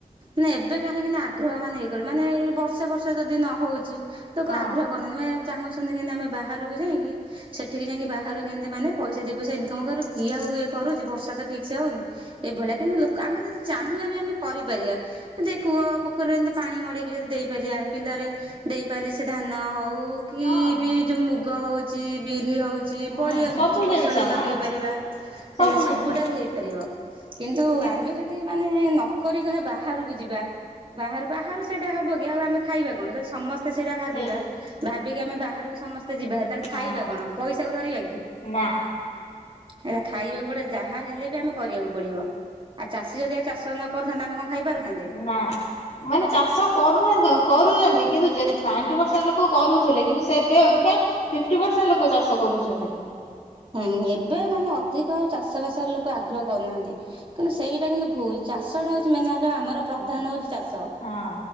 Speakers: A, on the right; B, on the left.
A: ନେ ଏବେ କାହିଁକିନା ଆଗ୍ରହ ମାନେ ହେଇ କରିବ ମାନେ ଏଇ ବର୍ଷା ବର୍ଷା ଯଦି ନ ହଉଛି ଲୋକ
B: ହଁ
A: ଆଗ୍ରହ କରୁନାହାନ୍ତି ମାନେ ଚାହୁଁଛନ୍ତି କେମତି ଆମେ ବାହାରକୁ ଯାଇକି ସେଠିକି ଯାଇଁକି ବାହାରୁ କେମିତି ମାନେ ପଇସା ଦି ପଇସା ଇନକମ୍ କରୁ, କିଏ ଆଉ ଇଏ କରୁଚି ବର୍ଷା ତ ଠିକ୍ ସେ ହଉନି ଏଇଭଳିଆ କିନ୍ତୁ ଲୋକ ଆମେ ଯଦି ଚାହିଁବା ବି ଆମେ କରିପାରିବା। ଯଦି କୂଅ ପୋଖରୀରୁ ଏମିତି ପାଣି ମଡେଇକି ଯଦି ଦେଇପାରିବା ବିଲରେ ଦେଇପାରିଲେ ସେ ଧାନ ହଉ କି
B: ହଁ
A: ବି ଯୋଉ ମୁଗ ହଉଛି ବିରି ହଉ ଚି
B: ହୁଁ
A: ପରିବା
B: ସବୁ
A: ବି କିଛି
B: ଜିନିଷ
A: ଫସଲ ବି ଲଗେଇ
B: ହଁ
A: ପାରିବା।
B: ସବୁ
A: ହେଲା
B: ଜିନିଷ।
A: ସବୁଟା ବି ହେଇପାରିବ କିନ୍ତୁ
B: କି
A: ଆମେ ଯଦି ମାନେ ନ କରି କହିବା ବାହାରକୁ ଯିବା ବାହାରୁ ବାହାରୁ ସେଇଟା ହବ କି ଆଉ ଆମେ ଖାଇବା କଣ ଯଦି ସମ ସ୍ତେ ସେଇଟା ଭାବିବା
B: ଠିକ
A: ଭାବିକି ଆମେ ବାହାରକୁ ସମସ୍ତେ ଯିବା ହାରି ତାହଲେ
B: ହଁ
A: ଖାଇବା କଣ, ପଇସା କୁ ଧରିବା କି?
B: ନା
A: ହେରା ଖାଇବାକୁ ପଡେ ଯାହା ହେଲେ ବି ଆମେ କରିବାକୁ ପଡିବ, ଆ ଚାଷୀ ଯଦି ଚାଷ ନ କରୁଥାନ୍ତେ ଆମେ କଣ ଖାଇପାରୁଥାନ୍ତେ?
B: ନା। ମାନେ ଚାଷ କରୁନାହାନ୍ତି କଣ କରୁଛନ୍ତି କିନ୍ତୁ ଯେ ନାଇଣ୍ଟି ପରସେଣ୍ଟ ଲୋକ କରୁଥିଲେ କିନ୍ତୁ ସେବେ ଆଉ ଆଜ୍ଞା ଫିଫ୍ଟୀ ପରସେଣ୍ଟ ଲୋକ ଚାଷ କରୁଛନ୍ତି।
A: ହୁଁ ଏବେ ମାନେ ଅଧିକ ଆଉ ଚାଷ ବାସରେ ଲୋକ ଆଗ୍ରହ କରୁନାହାନ୍ତି। କିନ୍ତୁ ସେଇଟା କିନ୍ତୁ ଭୁଲ ଚାଷଟା ହଉଛି ମେନ୍ ଆଗେ ଆମର ପ୍ରଧାନ ହଉଛି ଚାଷ।
B: ହଁ।